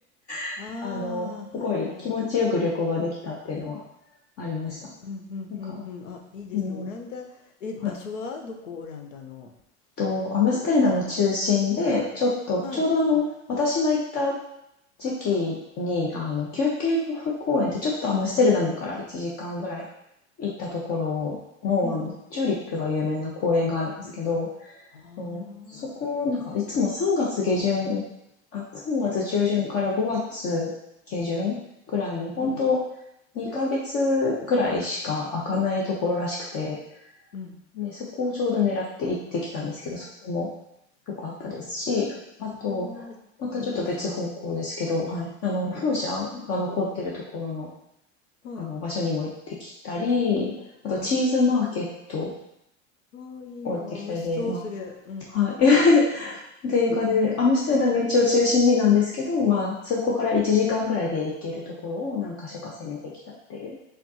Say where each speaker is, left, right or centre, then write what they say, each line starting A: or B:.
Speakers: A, on the left (about 40°); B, on the left (about 85°).
A: <laughs>
B: ああ、
A: あの、すごい気持ちよく旅行ができたっていうのは
B: はいはい。
A: ありました。
B: うんうんうんうん。
A: なんか、
B: あ、いいですね。
A: うん、
B: オランダ、え、場所はどこオランダの。
A: はい。と、アムステルダム中心で、ちょっと、
B: はい。
A: ちょうどあの、私が行った時期に、あの、キューケンホフ公園ってちょっとアムステルダムから1時間ぐらい行ったところの、
B: うん。
A: あの、チューリップが有名な公園があるんですけど、
B: ああ、
A: うんそこ、なんかいつも3月下旬、あ、3月中旬から5月下旬ぐらいの、本当
B: うん
A: 2ヶ月ぐらいしか開かないところらしくて、
B: うん。
A: で、そこをちょうど狙って行ってきたんですけど、そこもぽかったですし、あと、
B: ああ、
A: またちょっと別方向ですけど、
B: いいですね。
A: はい。あの、
B: うん。
A: 風車が残ってるところの、
B: はい。
A: あの、場所にも行ってきたり、あと、
B: うん
A: チーズマーケットを
B: ああ、いいなあ。
A: 行ってきたりで、
B: 美味しそう、
A: ま
B: それ。うん。
A: あ、はい。<laughs> っていう感じで、
B: へ
A: アムステルダム一応中心になんですけど、まあ、そこから1時間ぐらいで行けるところを何箇所か攻めてきたっていう